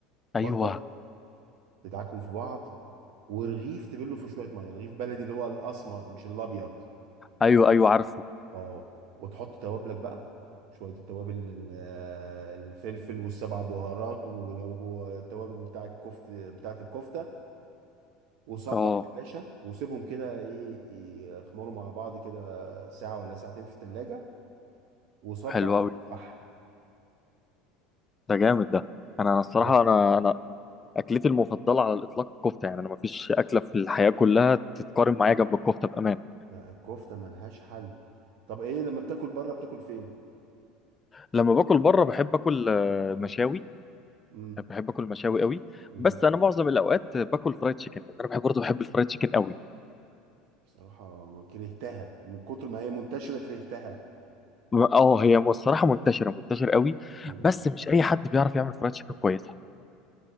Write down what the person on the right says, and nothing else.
بصل تدعكم في بعض ورغيف تبله في شويه ميه رغيف بلدي اللي هو الاسمر مش الابيض
اه وتحط توابلك بقى شويه التوابل ال- الفلفل والسبع بهارات ولو هو التوابل بتاع الكفته بتاعه الكفته وصبع
يا باشا وسيبهم كده ايه يخمروا مع بعض كده ساعه ولا ساعتين في التلاجة وصبع
فحم
لك
ده الكفتة ملهاش حل طب ايه لما بتاكل بره بتاكل فين
مم.
مم.
بصراحة كرهتها من كتر ما هي منتشرة كرهتها
مم.